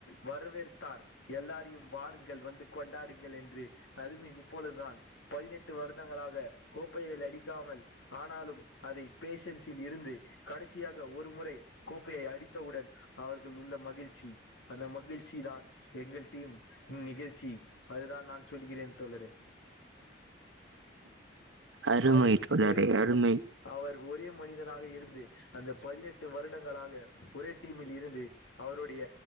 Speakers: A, on the left; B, on the right.
A: வரவேற்த்தார் எல்லாரையும் வாருங்கள் வந்து கொண்டாடுங்கள் என்று அதுமே இப்பொழுதான் பதினெட்டு வருடங்களாக கோப்பைகள் அடிக்காமல் ஆனாலும் அதை பேஷன்ஸில் இருந்து கடைசியாக ஒரு முறை கோப்பையை அடித்தவுடன் அவர்கள் உள்ள மகிழ்ச்சி அந்த மகிழ்ச்சி தான் எங்கள் டீம் நிகழ்ச்சி அதுதா நான் சொல்கிறேன் தோழரே
B: அருமை
A: அவரு
B: தோழரே
A: ஒரே மனிதன்
B: அருமை
A: அவர் ஒரே மனிதனாக இருந்து அந்த பதினெட்டு வருடங்களாக ஒரே டீமில் இருந்து அவருடைய